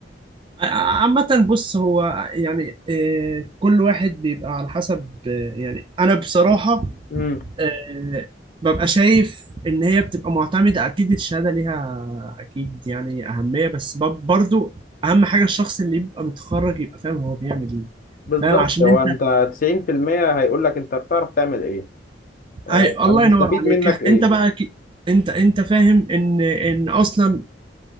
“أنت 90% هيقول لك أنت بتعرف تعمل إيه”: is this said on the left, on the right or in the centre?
Left